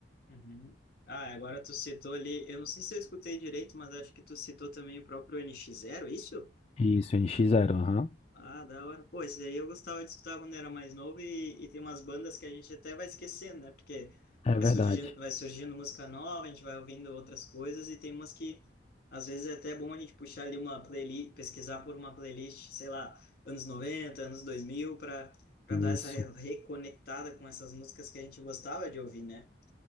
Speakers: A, on the left (about 55°); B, on the left (about 35°).
A: Uhum. Ah, agora tu citou ali, eu não sei se eu escutei direito, mas acho que tu citou também o próprio NX Zero, é isso?
B: Isso, nx Zero, aham.
A: Ah, da hora. Pô, esse aí eu gostava de escutar quando era mais novo e, e tem umas bandas que a gente até vai esquecendo, né? Porque vai
B: É
A: surgindo,
B: verdade.
A: vai surgindo música nova, a gente vai ouvindo outras coisas e tem umas que às vezes é até bom a gente puxar ali uma playlist, pesquisar por uma playlist, sei lá, anos 90, anos 2000, para para dar essa
B: Isso,
A: re- reconectada com essas músicas que a gente gostava de ouvir, né?